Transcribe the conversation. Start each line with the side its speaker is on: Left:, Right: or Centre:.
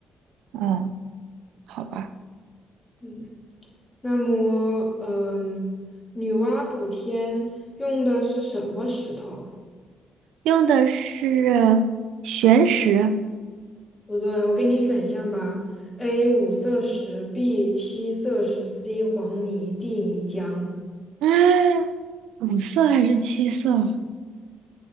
Right: 嗯，好吧，
Left: 嗯，那么嗯。女娲补天用的是什么石头？
Right: 用的是玄石，
Left: 不对，我给你选项吧：A 五色石，B 七色石，C 黄泥，D 泥浆。
Right: 嗯，五色还是七色？